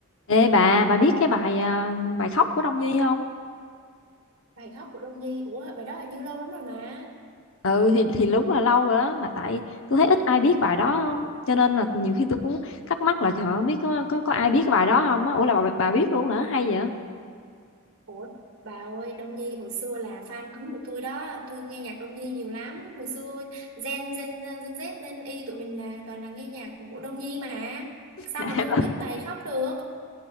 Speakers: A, on the left; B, on the right.
A: Ê bà, bà biết cái bài à, bài khóc của Đông Nhi không?
B: bài khóc của Đông Nhi ủa bài đó hình như lâu lắm rồi mà
A: Ừ thì thì đúng là lâu rồi đó mà tại tôi thấy ít ai biết bài đó không? Cho nên là nhiều khi tôi cũng thắc mắc là trời ơi, không biết có có có ai biết cái bài đó không á. Ủa là bà bà biết luôn hả? Hay vậy?
B: ủa bà ơi Đông Nhi hồi xưa là fan cứng của tôi đó tôi nghe nhạc Đông Nhi nhiều lắm hồi xưa Gen Gen Gen Z Gen Y tụi mình là toàn là nghe nhạc của Đông Nhi mà sao
A: <laughs> Nãy
B: mà tôi
A: bà
B: không biết bài khóc được